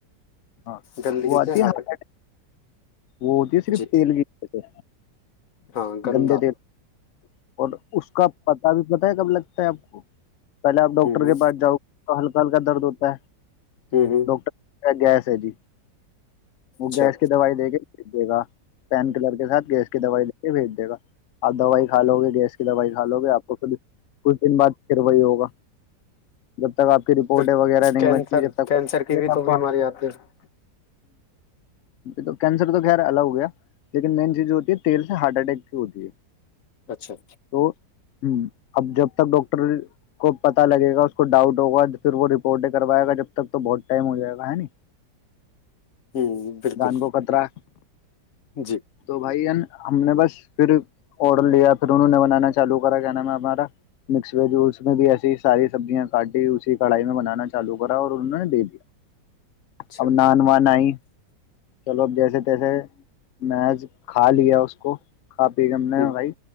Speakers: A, on the left; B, on the left.
A: ہاں
B: گندگی
A: وہ آتی
B: سے
A: ہے
B: ہارٹ
A: ہار
B: اٹیک
A: ایک وہ ہوتی ہے صرف
B: جی
A: تیل کی
B: ہاں گندا
A: گندے تیل اور اس کا پتا بھی پتا ہے کب لگتا ہے آپ کو پہلے آپ ڈاکٹر
B: ہ ہ
A: کے پاس جاؤ ہل پل کا درد ہوتا ہے
B: ہ ہ
A: ڈاکٹر گیس <unintelligible> وہ
B: اچھا
A: گیس کی دوائی دے گ جے گا پین کلر کے ساتھ گیس کی دوائی یہ بھیج دے گا اور دوائی کھا لو گے گیس کی دوائی کھ لو گے آپ کو خود کچھ دن بعد پھر وہی ہوگ جب تک آپ کی رپورٹ
B: پھر
A: وغیرہ نہیں
B: کینسر
A: بنے گی جب تک
B: کینسر کی بھی تو بیماری
A: ہ
B: آتی ہے
A: تو کینسر تو خیر الگ ہو گیا لیکن مین چیز جو ہوتی ہے تیل سے ہارٹ اٹیک کی ہوتی ہے
B: اچھا
A: تو ہ اب جب تک ڈاکٹر ڈٹر کو پتا لگے گا اس کو ڈاؤٹ ہوگا پھر وہ رپورٹ کروائے گا جب تک تو بہت ٹائم ہو جائے گا ہے ن
B: ہ بالکل
A: دان کوو کطرا
B: جی
A: تو بھائی ہے ہم نے بس پھر اور لیا پھر انہوں نے بنانا چالو کر نام ہمارا مس ویج اس میں بھی ایسی ساری سبزیاں کاٹی اسی کڑھائی میں بنانا چالو کرا اور انہوں نے دے دیا
B: اچھا
A: اب نان وان آئ چلو ا جیسے تیسے میںج کھا لیا اس کو کاف بیگم نے
B: ہ
A: بھائی